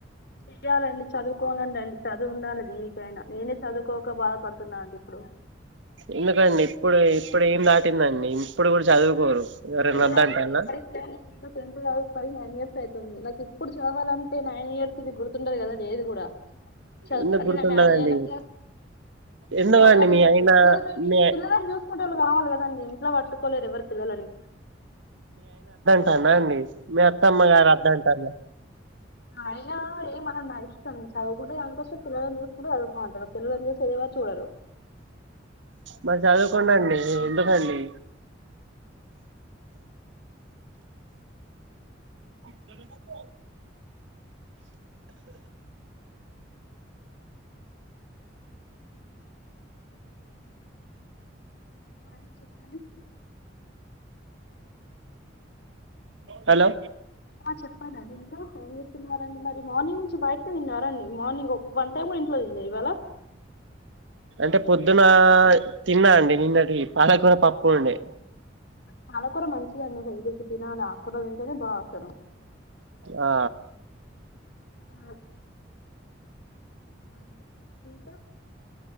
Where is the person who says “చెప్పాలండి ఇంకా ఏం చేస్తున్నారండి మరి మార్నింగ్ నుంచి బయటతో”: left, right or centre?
Left